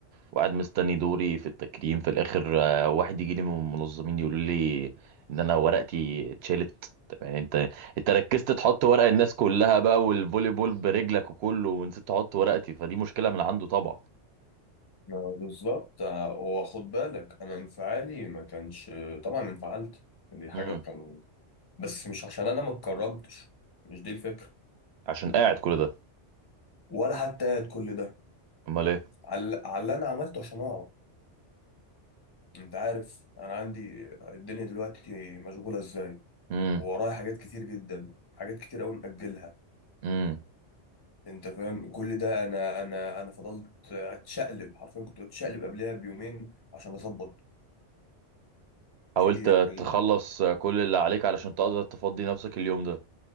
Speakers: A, on the right; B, on the left.
A: وقاعد مستني دوري في التكريم في الاخر آه، واحد يجي لي من المنظمين يقول لي ان انا ورقتي اتشالت طب يعني انت انت ركزت تحط ورق الناس كلها بقى والفولي بول برجلك وكله ونسيت تحط ورقتي فدي مشكله من عنده طبعا
B: ما بالظبط هو خد بالك انا انفعالي ما كانش طبعا انفعلت دي حاجه
A: امم
B: كان بس مش عشان انا ما اتكرمتش مش دي الفكره
A: عشان قاعد كل ده
B: ولا حتى قاعد كل ده
A: امال ايه
B: على على اللي انا عملته عشان اقعد انت عارف انا عندي الدنيا دلوقتي مشغوله ازاي
A: امم
B: وورايا حاجات كتير جدا حاجات كتير قوي مأجلها
A: امم
B: انت فاهم كل ده انا انا انا فضلت اتشقلب حرفيا كنت بتشقلب قبلها بيومين عشان اظبط
A: حاولت
B: فيجي
A: تخلص
B: في ال... في ال...
A: كل اللي عليك علشان تقدر تفضي نفسك اليوم ده